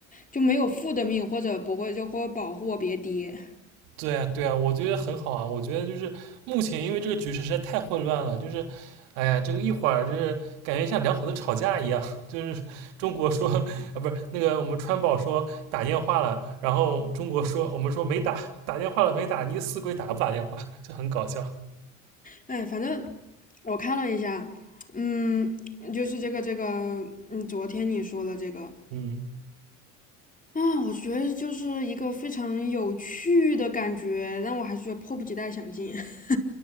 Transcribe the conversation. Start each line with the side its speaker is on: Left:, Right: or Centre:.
Left: 就没有负的命，或者不会就或保护我别跌。
Right: 对啊，对啊，我觉得很好啊。我觉得就是目前因为这个局势实在太混乱了，就是，哎呀，这个一会儿就是感觉像两口子吵架一样，<laughs> 就是中国说啊，不是那个我们川宝说打电话了，然后中国说我们说没打，打电话了没打，你死鬼打不打电话，<laughs> 就很搞笑。
Left: 哎，反正我看了一下，嗯，就是这个这个，嗯，昨天你说的这个
Right: 嗯，
Left: 啊，我觉得就是一个非常有趣的感觉，但我还是觉得迫不及待想进。<laughs>